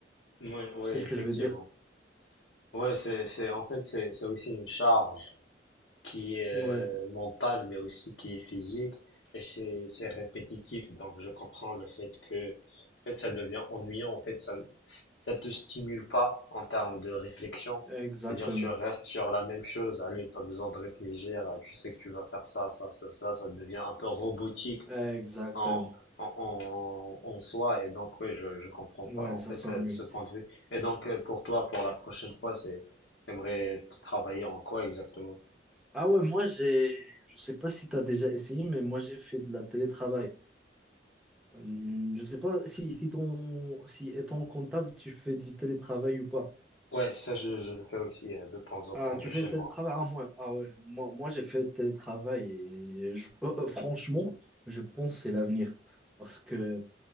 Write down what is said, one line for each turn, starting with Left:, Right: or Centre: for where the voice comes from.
Left: Oui, oui,
Centre: tu sais ce
Left: effectivement.
Centre: que je veux dire?
Left: Ouais, c'est, c'est, en fait, c'est, c'est aussi une charge qui est euh,
Centre: Ouais,
Left: mentale, mais aussi qui est physique, et c'est, c'est répétitif. Donc, je comprends le fait que, en fait, ça devient ennuyant. En fait, ça, ça te stimule pas en termes de réflexion.
Centre: exactement.
Left: C'est-à-dire, que tu restes sur la même chose. Allez, pas besoin de réfléchir. Tu sais que tu vas faire ça, ça, ça, ça. Ça devient un peu robotique
Centre: Exactement.
Left: en, en, en, en soi. Et donc, oui, je, je comprends
Centre: Ouais,
Left: fa- en
Centre: ça
Left: fait
Centre: s'ennuie.
Left: euh, ce point de vue. Et donc, euh, pour toi, pour la prochaine fois, c'est, t'aimerais travailler en quoi exactement?
Centre: Ah ouais, moi j'ai, je sais pas si tu as déjà essayé, mais moi j'ai fait de la télétravail. Hum, Je sais pas si, si ton, si étant comptable, tu fais du télétravail ou pas.
Left: Ouais, ça, je, je le fais aussi euh, de temps en
Centre: Ah,
Left: temps
Centre: tu
Left: de chez
Centre: fais télétravail?
Left: moi.
Centre: Ah, moi, ah ouais. Moi, moi j'ai fait télétravail et je- euh, euh, franchement, je pense que c'est l'avenir parce que